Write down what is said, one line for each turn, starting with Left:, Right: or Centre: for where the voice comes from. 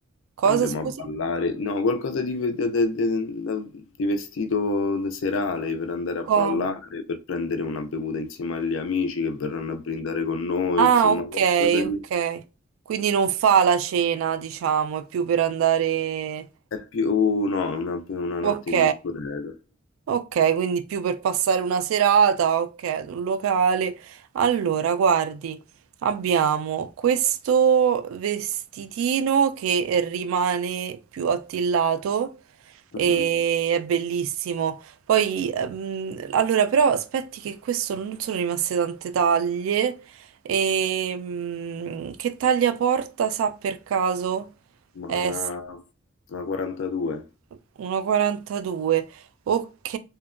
Right: Cosa,
Left: Andremo
Right: scusi?
Left: a ballare. No, qualcosa di, ve- de- de- de- da- di vestito serale per andare a ballare,
Right: Com-
Left: per prendere una bevuta insieme agli amici che verranno a brindare con noi,
Right: Ah,
Left: insomma,
Right: ok,
Left: qualcosa
Right: ok.
Left: di...
Right: Quindi non fa la cena, diciamo, è più per andare...
Left: È più, oh, no, una, una
Right: Ok.
Left: notte in discoteca.
Right: Ok, quindi più per passare una serata, ok, ad un locale. Allora, guardi, abbiamo questo vestitino che rimane più attillato e
Left: Mhm.
Right: è bellissimo. Poi, ehm, allora, però aspetti che questo non sono rimaste tante taglie. E, mm, che taglia porta, sa per caso?
Left: Ma
Right: È
Left: una, una 42.
Right: 1,42. Ok,